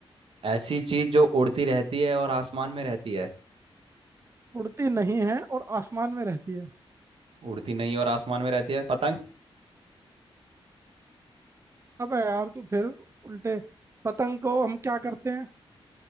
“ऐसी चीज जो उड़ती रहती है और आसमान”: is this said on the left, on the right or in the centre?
Right